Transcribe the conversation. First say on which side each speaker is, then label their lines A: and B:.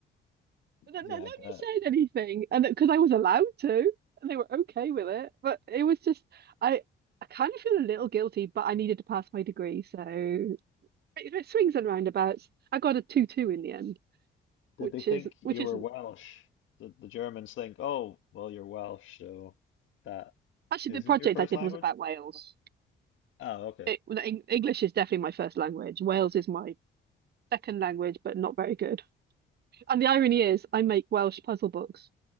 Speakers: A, on the right (about 55°); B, on the left (about 75°).
A: And then,
B: Yeah,
A: then nobody
B: I bet.
A: said anything, and because I was allowed to, and they were okay with it. But it was just I I kind of feel a little guilty, but I needed to pass my degree, so it, it swings and roundabouts. I got a two two in the end,
B: Did
A: which
B: they think
A: is
B: you
A: which isn't
B: were Welsh? Did the Germans think, oh, well, you're Welsh, so that
A: actually
B: isn't
A: the project
B: your first
A: I did
B: language?
A: was about Wales.
B: Oh, okay.
A: It, well, Eng- English is definitely my first language. Wales is my second language, but not very good. And the
B: All
A: irony
B: right.
A: is, I make Welsh puzzle books